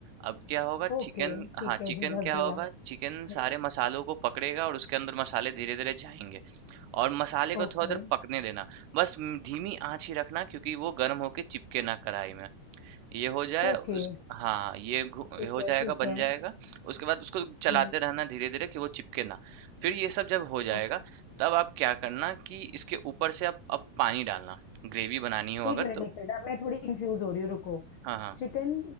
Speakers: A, on the right; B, on the left.
A: अब क्या होगा
B: ओके
A: चिकन
B: ठीक
A: हाँ
B: है
A: चिकन
B: जी ढक
A: क्या
B: दिया
A: होगा चिकन
B: है
A: सारे मसालों को पकड़ेगा और उसके अंदर मसाले धीरे धीरे जाएंगे और मसाले को
B: ओके
A: थोड़ा देर पकने देना बस म- धीमी आंच ही रखना क्योंकि वो गर्म होके चिपके ना कढ़ाई में ये हो जाए
B: ओके
A: उस हाँ हाँ ये घु-
B: ठीक
A: ये हो
B: है
A: जाएगा
B: ठीक
A: बन
B: है
A: जाएगा उसके बाद उसको चलाते
B: हम्म
A: रहना धीरे धीरे कि वो चिपके ना फिर ये सब जब हो जाएगा
B: ओके।
A: तब आप क्या करना कि इसके ऊपर से आप अब पानी डालना ग्रेवी बनानी हो
B: एक
A: अगर
B: मिनट
A: तो
B: एक मिनट अब मैं थोड़ी कंफ्यूज हो रही हूँ रुको
A: हाँ हाँ
B: चिकन